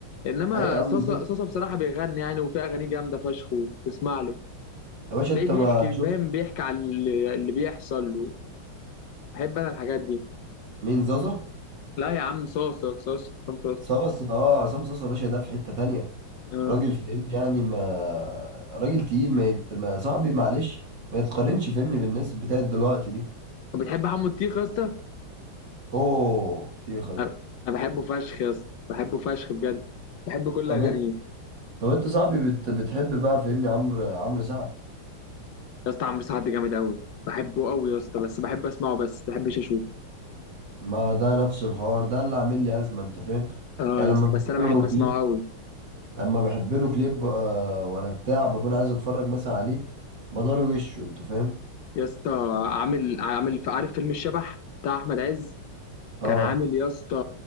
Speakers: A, on the left; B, on the right.
A: انما
B: ايوه يا عم
A: صاصا
B: زي
A: صاصا بصراحه بيغني يعني وفي اغاني جامده فشخ وتسمع له
B: يا باشا
A: تلاقيه
B: انت
A: بيحكي
B: ما شفت
A: فاهم بيحكي على اللي اللي بيحصل له بحب انا الحاجات دي
B: مين زازا
A: لا يا عم صوص صوص صوص عصام صوص
B: صاصا اه عصام صاصا يا باشا ده في حتة تانية
A: آه.
B: راجل فاهمني يعني ما <laughs> راجل تقيل ما, يت... ما صاحبي معلش ما يتقارنش فاهمني بالناس بتاعت دلوقتي دي
A: طب بتحب حمو الطيخ يا اسطى؟
B: اوه طيخة ده
A: انا أنا بحبه فشخ يا اسطى بحبه فشخ بجد بحب كل
B: طب
A: اغانيه
B: طب انت صاحبي بت... بتحب بقى فاهمني عمرو عمرو سعد
A: يا اسطى عمرو سعد جامد قوي بحبه قوي يا اسطى بس بحب اسمعه بس ما بحبش اشوفه
B: ما ده نفس الحوار ده اللي عامل لي ازمه انت فاهم
A: اه
B: يعني
A: يا
B: لما
A: اسطى
B: بحب
A: بس انا بحب
B: له
A: اسمعه
B: كليب
A: قوي
B: لما بحب له كليب آه ولا بتاع بكون عايز اتفرج مثلا عليه بضاري وشه انت فاهم
A: يا اسطى عامل عامل عارف فيلم الشبح بتاع احمد عز
B: اه
A: كان عامل يا اسطى